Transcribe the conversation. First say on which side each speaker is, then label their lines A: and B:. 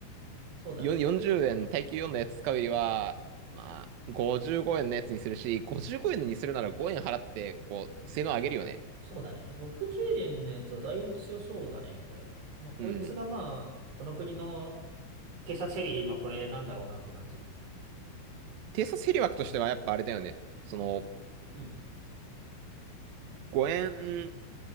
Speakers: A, on the right (about 55°); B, on the right (about 75°).
A: そうだね。
B: う。よ40円、耐久4のやつ使うよりは、まあ、55円のやつにするし、55円のにするなら5円払って、こう、性能上げるよね。
A: そうだね。60円のやつはだいぶ強そうだね、これ。まあ、こいつがまあ、
B: うん。
A: この国の偵察ヘリはこれなんだろうなって感じ。
B: 偵察ヘリ枠としてはやっぱあれだよね。その、
A: うん。
B: 5円